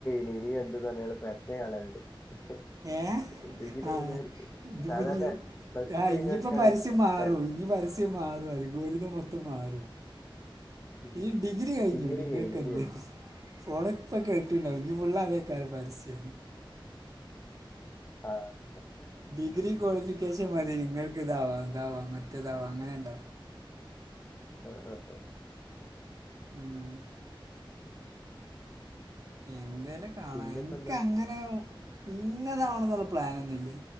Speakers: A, on the left; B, on the right.
A: നി ഇനി എന്തെന്ന് പറഞ്ഞ പരസ്യം കാണലുണ്ട് <unintelligible>
B: ഏഹ്
A: ഡിഗ്രി കഴിഞ്ഞവർക്ക്
B: ആഹ് ഇത്
A: സാധാരണ
B: പ്പ ഞ്ഞി
A: പ്ലസ് ടു
B: ആഹ്
A: കഴിഞ്ഞവർക്കാണ്
B: ഇനിയിപ്പോ പരസ്യം മാറും
A: പരസ്യം
B: ഇനി പരസ്യം മാറും അല്ല ഗോറിത മൊത്തം മാറും
A: ഉം.
B: ഈ ഡിഗ്രി കഴിഞ്ഞു
A: ഡിഗ്രി
B: നിങ്ങൾക്ക്
A: കഴിഞ്ഞു ഇനി
B: ത്
A: എന്ത്
B: ഫോൺ ഇപ്പൊ കേട്ടിണ്ടവും ഇനി ഫുള്ള് അതേക്കാം പരസ്യം
A: ആഹ്
B: ഡിഗ്രി ക്വാളിഫിക്കേഷൻ മതി നിങ്ങൾക്ക് ഇതാവാ ഇതാവാ മറ്റേതാവാ അങ്ങനെ ഉണ്ടോ
A: <unintelligible>
B: ഉമ് എന്തേലും കാണ്ണാ
A: പിന്നെപ്പോ
B: എനിക്ക്
A: എന്താ
B: അങ്ങനെ ഇന്നതാണെന്നുള്ള പ്ലാനൊന്നു